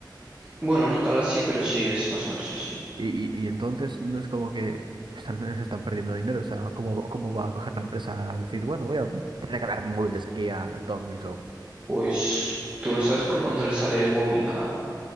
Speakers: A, on the right; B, on the right.
A: Bueno, no tal así, pero sí es más o menos así.
B: Y, y, y entonces no es como que están, <laughs> están perdiendo dinero. O sea, ¿cómo, cómo va a coger la empresa a decir, bueno, voy a regalar móviles aquí a Tom y Joe?
A: Pues tú no sabes por cuánto le sale el móvil a,